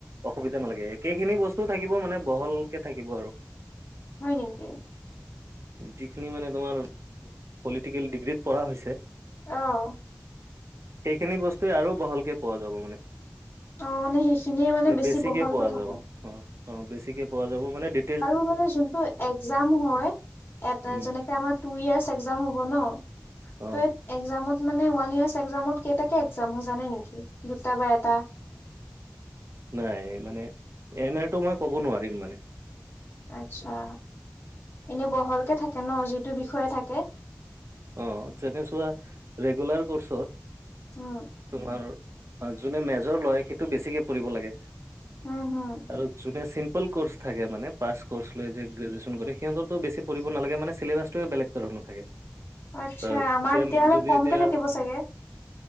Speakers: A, on the right; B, on the left.
A: অসুবিধা নালাগে, একেইখিনি বস্তু থাকিব, মানে বহলকে থাকিব আৰু।
B: হয় নেকি?
A: যিখিনি মানে তোমাৰ
B: <inaudible>
A: পলিটিকেল ডিগ্ৰীত পঢ়া হৈছে
B: অ'
A: সেইখিনি বস্তুৱেই আৰু বহলকে পোৱা যাব মানে।
B: অ মানে সেইখিনিয়ে
A: মানে
B: বেছি
A: বেছিকে
B: বহলকে
A: পোৱা
B: থাকে
A: যাব, অ' অ', বেছিকে পোৱা যাব মানে দে
B: আৰু মানে যোনটো এগজাম হয় এটা,
A: উম
B: যেনেকে আমাৰ টু ইয়েৰ্চ এগজাম হ'ব ন,
A: অ
B: ত এই একজামত, মানে ওৱান ইয়েৰ্চ একজামত কেইটাকে একজাম হয় জানে নেকি, দুটা বা এটা?
A: নাই মানে, এম এৰটো মই ক'ব নোৱাৰিম মানে।
B: আচ্ছা, এনে বহলকে থাকে ন যিটো বিষয়ে থাকে?
A: অ', যেনে চোৱা ৰেগুলাৰ কৰ্চত
B: উম
A: তোমাৰ যোনে মেজৰ লয়, সেইটো বেছিকে পঢ়িব লাগে।
B: উম হম
A: আৰু যোনে চিম পল কৰ্চ থাকে মানে, পাছ ক'ৰ্চ লৈ যে গ্ৰেজুৱেচন কৰে, সিহঁতেতো বেছি পঢ়িব নালাগে, মানে চিলেবাছটোৱেই বেলেগ ধৰণৰ থাকে।
B: আচ্ছা
A: অ',
B: আমাৰ
A: তেওঁক
B: তেতিয়াহ'লে
A: যদি
B: কমকে
A: এতিয়া,
B: থাকিব চাগে